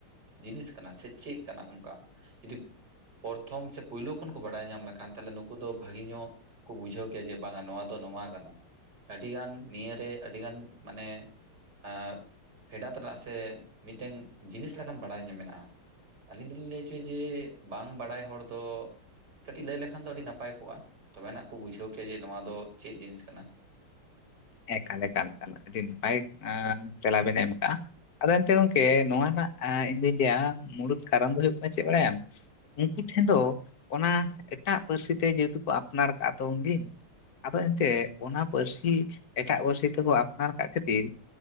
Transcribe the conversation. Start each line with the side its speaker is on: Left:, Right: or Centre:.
Right: ᱡᱤᱱᱤᱥ ᱠᱟᱱᱟ ᱥᱮ ᱪᱮᱫ ᱠᱟᱱᱟ ᱚᱱᱠᱟ ᱡᱩᱫᱤ ᱯᱨᱚᱛᱷᱚᱢ ᱥᱮ ᱯᱳᱭᱞᱳ ᱠᱷᱚᱱ ᱠᱚ ᱵᱟᱲᱟᱭ ᱧᱟᱢ ᱞᱮᱠᱷᱟᱱ ᱛᱟᱦᱚᱞᱮ ᱱᱩᱠᱩ ᱫᱚ ᱵᱷᱟᱹᱜᱮ ᱧᱚᱜ ᱠᱚ ᱵᱩᱡᱷᱟᱹᱣ ᱠᱮᱭᱟ ᱡᱮ ᱵᱟᱝᱟ ᱱᱚᱣᱟ ᱫᱚ ᱱᱚᱣᱟ ᱠᱟᱱᱟ ᱟᱹᱰᱤ ᱜᱟᱱ ᱱᱤᱭᱟᱹ ᱨᱮ ᱟᱹᱰᱤ ᱜᱟᱱ ᱢᱟᱱᱮ ᱮ ᱯᱷᱮᱰᱟᱛ ᱨᱮᱱᱟᱜ ᱥᱮ ᱢᱤᱫᱴᱮᱱ ᱡᱤᱱᱤᱥ ᱞᱮᱠᱟᱱ ᱵᱟᱲᱟᱭ ᱧᱟ ᱢᱮᱱᱟᱜᱼᱟ ᱟᱹᱞᱤᱧ ᱫᱚᱞᱤᱧ ᱞᱟᱹᱭ ᱪᱚᱭᱟ ᱡᱮ ᱵᱟᱝ ᱵᱟᱲᱟᱭ ᱦᱚᱲ ᱫᱚ ᱠᱟᱹᱴᱤᱡ ᱞᱟᱹᱭ ᱞᱮᱠᱷᱟᱱ ᱫᱚ ᱟᱹᱰᱤ ᱱᱟᱯᱟᱭ ᱠᱚᱜᱼᱟ᱾ ᱛᱚᱵᱮᱱᱟᱜ ᱠᱚ ᱵᱩᱡᱷᱟᱹᱣ ᱠᱮᱭᱟ ᱡᱮ ᱱᱚᱣᱟ ᱫᱚ ᱪᱮᱫ ᱡᱤᱱᱤᱥ ᱠᱟᱱᱟ
Left: ᱮᱠᱟᱞ ᱮᱠᱟᱞ ᱟᱹᱰᱤ ᱱᱟᱯᱟᱭ ᱟᱱ ᱛᱮᱞᱟ ᱵᱤᱱ ᱮᱢ ᱟᱠᱟᱜᱼᱟ ᱟᱫᱚ ᱮᱱᱛᱮ ᱜᱚᱝᱠᱮ ᱱᱚᱣᱟ ᱨᱮᱱᱟᱜ ᱮ ᱤᱧ ᱫᱚᱧ ᱞᱟᱹᱭᱟ ᱢᱩᱲᱩᱫ ᱠᱟᱨᱚᱱ ᱫᱚ ᱦᱩᱭᱩᱜ ᱠᱟᱱᱟ ᱪᱮᱫ ᱵᱟᱲᱟᱭᱟᱢ ᱩᱱᱠᱩ ᱴᱷᱮᱱ ᱫᱚ ᱚᱱᱟ ᱮᱴᱟᱜ ᱯᱟᱹᱨᱥᱤ ᱛᱮ ᱡᱮᱦᱮᱛᱩ ᱠᱚ ᱟᱯᱱᱟᱨ ᱠᱟᱜᱼᱟ ᱫᱚ ᱩᱱᱫᱤᱱ, ᱟᱫᱚ ᱮᱱᱛᱮᱜ ᱚᱱᱟ ᱯᱟᱹᱨᱥᱤ ᱮᱴᱟᱜ ᱯᱟᱹᱨᱥᱤ ᱛᱮᱠᱚ ᱟᱯᱱᱟᱨ ᱟᱠᱟᱜ ᱠᱷᱟᱹᱛᱤᱨ